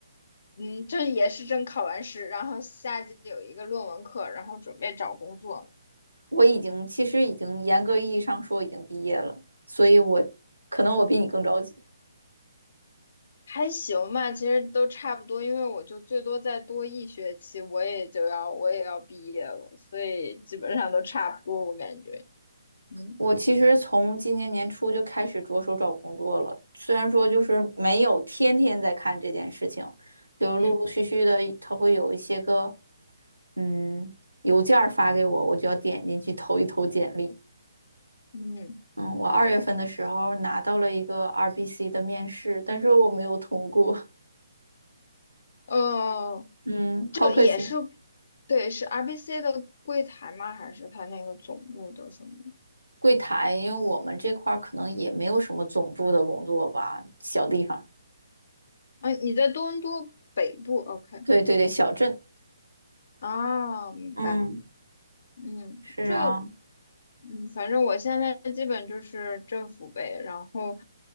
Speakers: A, on the left; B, on the right.
A: 嗯，正也是正考完试，然后下季有一个论文课，然后准备找工作呢，
B: 我已经其实已经严格意义上说已经毕业了，所以我可能我比你更着急。
A: 还行吧，其实都差不多，因为我就最多再多一学期，我也就要我也要毕业了，所以基本上都差不多，我感觉，嗯
B: 我其实从今年年初就开始着手找工作了，虽然说就是没有天天在看这件事情，就陆陆续续的，
A: 嗯
B: 它会有一些个嗯邮件儿发给我，我就要点进去投一投简历。
A: 嗯，
B: 嗯，我二月份的时候拿到了一个 RBC 的面试，但是我没有通过，
A: 呃，
B: 嗯，好可惜。
A: 这也是，对，是 RBC 的柜台吗？还是他那个总部的什么？
B: 柜台，因为我们这块儿可能也没有什么总部的工作吧，小地方，
A: 嗯，你在多伦多北部，OK，
B: 对对对，小镇，
A: 啊，明白，
B: 嗯，
A: 嗯，
B: 是啊，
A: 就，嗯，反正我现在基本就是政府呗，然后，